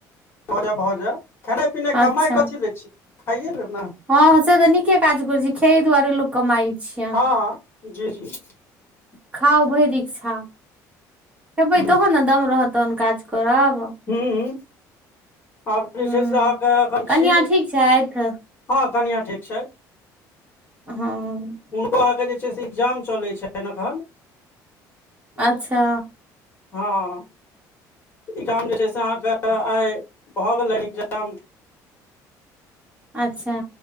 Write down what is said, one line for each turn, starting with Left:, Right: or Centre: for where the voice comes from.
Left: भऽजै भऽजै खेना पिनाय
Right: अच्छा
Left: कमाइ कथी लय छीयै खाइये लेए ने
Right: हँ हं से तऽ नीके काज करै छी खेए दुआरे लोक कमाय छैय।
Left: हं जी-जी
Right: खाउ भैइर इच्छा, खेबइ
Left: ह
Right: तहन ने दम रहत तहन काज करब
Left: हूँ तब जे
Right: हूँ
Left: छै से आंके एखन
Right: कनिया
Left: छी।
Right: ठीक छथि
Left: हँ कनियाँ ठीक छैथ।
Right: हँ
Left: हुनको अहांके जे छै से एग्जाम चलै छैन अखन
Right: अच्छा
Left: हँ एग्जाम जे छै से अहाँ के आय भऽ गेलै एग्जाम।
Right: अच्छा